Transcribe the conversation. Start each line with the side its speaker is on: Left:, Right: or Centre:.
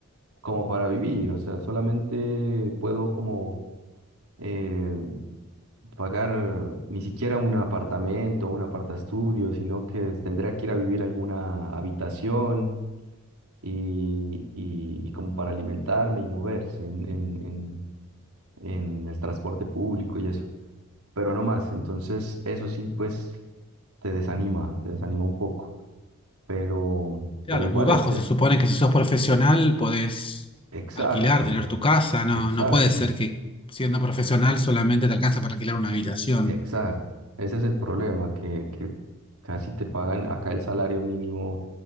Right: como para vivir, o sea, solamente puedo como... eh, pagar ni siquiera un apartamento o un apartaestudio, sino que tendría que ir a vivir a alguna habitación y, y- y como para alimentarme y moverse en, en, en- en el transporte público y eso, pero no más. Entonces, eso sí, pues te desanima, te desanima un poco, pero,
Left: Claro,
Right: pero igual
Left: es muy bajo.
Right: el té.
Left: Se supone que si sos profesional podés
Right: Exacto,
Left: alquilar, tener tu casa. No,
Right: exacto.
Left: no puede ser que siendo profesional solamente te alcanza para alquilar una habitación.
Right: Exacto, ese es el problema, que, que casi te pagan acá el salario mínimo,